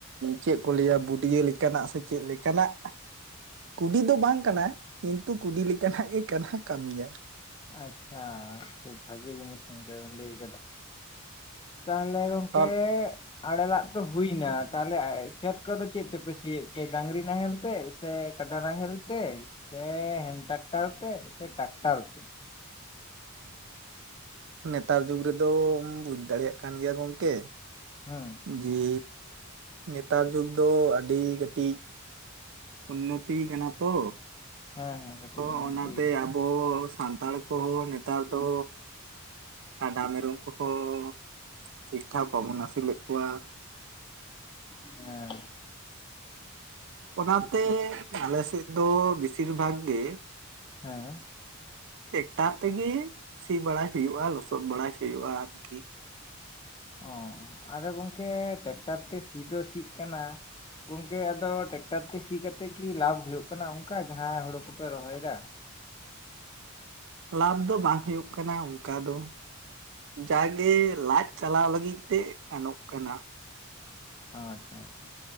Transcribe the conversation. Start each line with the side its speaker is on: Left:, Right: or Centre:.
Right: ᱪᱮᱫ ᱠᱚ ᱞᱟᱹᱭᱟ ᱵᱩᱴᱭᱟᱹ ᱞᱮᱠᱟᱱᱟᱜ ᱥᱮ ᱪᱮᱫ ᱞᱮᱠᱟᱱᱟᱜ ᱠᱩᱰᱤ ᱫᱚ ᱵᱟᱝ ᱠᱟᱱᱟ ᱠᱤᱱᱛᱩ ᱠᱩᱰᱤ ᱞᱮᱠᱟᱱᱟᱜ ᱜᱮ ᱠᱟᱱᱟ ᱠᱟᱹᱢᱤᱭᱟ
Left: ᱟᱪᱪᱷᱟ ᱠᱷᱩᱵ ᱵᱷᱟᱜᱮ ᱡᱤᱱᱤᱥ ᱞᱟᱹᱭ ᱠᱮᱫᱟ ᱛᱟᱦᱞᱮ ᱜᱚᱝ
Right: ᱟᱨ
Left: ᱠᱮ ᱟᱲᱮ ᱞᱟᱜ ᱫᱚ ᱦᱩᱭᱱᱟ ᱛᱟᱦᱚᱞᱮ ᱠᱷᱮᱛ ᱠᱚᱫᱚ ᱪᱮᱫ ᱛᱮᱯᱮ ᱥᱤᱭᱮᱫ ᱜᱮ ᱰᱟᱺᱝᱨᱤ ᱱᱟᱦᱮᱞ ᱛᱮ ᱥᱮ ᱠᱟᱰᱟ ᱱᱟᱦᱮᱞ ᱛᱮ ᱥᱮ ᱦᱮᱱ ᱴᱟᱠᱴᱟᱨ ᱛᱮ ᱥᱮ ᱴᱟᱠᱴᱟᱨ ᱛᱮ
Right: ᱱᱮᱛᱟᱨ ᱡᱩᱜᱽ ᱨᱮᱫᱚᱢ ᱵᱩᱡᱷ ᱫᱟᱲᱮᱭᱟᱜ ᱠᱟᱱ ᱜᱮᱭᱟ ᱜᱚᱝᱠᱮ
Left: ᱦᱮᱸ
Right: ᱡᱮᱻ ᱱᱮᱛᱟᱨ ᱡᱩᱜᱽ ᱫᱚ ᱟᱹᱰᱤ ᱠᱟᱹᱴᱤᱡ, ᱱᱩᱛᱤ ᱠᱟᱱᱟ ᱛᱚ,
Left: ᱦᱮᱸ ᱦᱮᱸ ᱠᱟᱹᱴᱤᱡ
Right: ᱦᱚᱸ
Left: ᱩᱱᱱᱚᱛᱤ
Right: ᱚᱱᱟᱛᱮ
Left: ᱦᱮᱸ
Right: ᱟᱵᱚ ᱥᱟᱱᱛᱟᱲ ᱠᱚᱦᱚᱸ ᱱᱮᱛᱟᱨ ᱫᱚ ᱠᱟᱰᱟ ᱢᱮᱨᱚᱢ ᱠᱚᱦᱚᱸ ᱴᱷᱤᱠ ᱴᱷᱟᱠ ᱵᱟᱵᱚᱱ ᱟᱹᱥᱩᱞᱮᱜ ᱠᱚᱣᱟ᱾
Left: ᱦᱮᱸ
Right: ᱚᱱᱟᱛᱮ
Left: ᱴᱷᱤᱠ
Right: ᱟᱞᱮ ᱥᱮᱫ ᱫᱚ ᱵᱮᱥᱤᱨ ᱵᱷᱟᱜᱽ ᱜᱮ,
Left: ᱦᱮᱸ
Right: ᱴᱮᱠᱴᱟᱨ ᱛᱮᱜᱤ ᱥᱤ ᱵᱟᱲᱟᱭ ᱦᱩᱭᱩᱜᱼᱟ, ᱞᱚᱥᱚᱫ ᱵᱟᱲᱟᱭ ᱦᱩᱭᱩᱜᱼᱟ ᱟᱨᱠᱤ᱾
Left: ᱚ ᱟᱫᱚ ᱜᱚᱢᱴᱝᱠᱮ ᱴᱮᱠᱴᱟᱨ ᱛᱮ ᱥᱤ ᱫᱚ ᱥᱤᱜ ᱠᱟᱱᱟ, ᱜᱚᱝᱠᱮ ᱟᱫᱚ ᱴᱮᱠᱴᱟᱨ ᱛᱮ ᱥᱤ ᱠᱟᱛᱮᱫ ᱠᱤ ᱞᱟᱵᱷ ᱦᱩᱭᱩᱜ ᱠᱟᱱᱟ ᱚᱱᱠᱟ ᱡᱟᱦᱟᱸᱭ ᱦᱳᱲᱳ ᱠᱚᱯᱮ ᱨᱚᱦᱚᱭ ᱫᱟ?
Right: ᱞᱟᱵᱷ ᱫᱚ ᱵᱟᱝ ᱦᱳᱭᱳᱜ ᱠᱟᱱᱟ ᱚᱱᱠᱟ ᱫᱚ ᱡᱟᱜᱮ ᱞᱟᱡ ᱪᱟᱞᱟᱣ ᱞᱟᱹᱜᱤᱫ ᱛᱮ ᱜᱟᱱᱚᱜ ᱠᱟᱱᱟ᱾
Left: ᱟᱪᱪᱷᱟ